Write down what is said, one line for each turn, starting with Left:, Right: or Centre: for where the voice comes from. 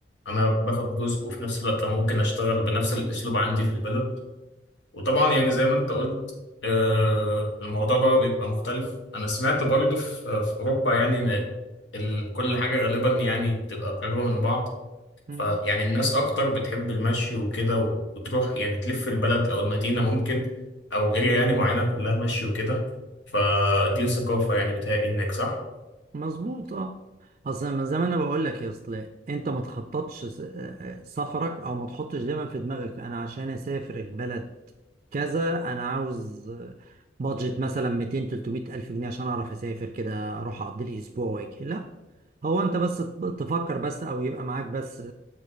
Left: أنا باخد جزء وفي نفس الوقت أنا ممكن أشتغل بنفس الأسلوب عندي في البلد وطبعا يعني زي ما انت قلت آه، الموضوع بقى بيبقى مختلف انا سمعت برضه في في اوروبا يعني ان ال- كل حاجه غالبا يعني بتبقى قريبه من بعض
Right: مم.
Left: فيعني الناس اكتر بتحب المشي وكده و- وتروح يعني تلف البلد او المدينه ممكن او اريا يعني معينه كلها مشي وكده فدي ثقافه يعني بتهيألي هناك صح؟
Right: مظبوط اه اصل من زمان انا بقول لك يا اصل انت ما تخططش س- آه، آه، سفرك او ما تحطش دايما في دماغك انا عشان اسافر البلد كذا انا عاوز آه، بادجت مثلا 200 300 الف جنيه عشان اعرف اسافر كده اروح اقضي لي اسبوع واجي لا هو انت بس تفكر بس او يبقى معاك بس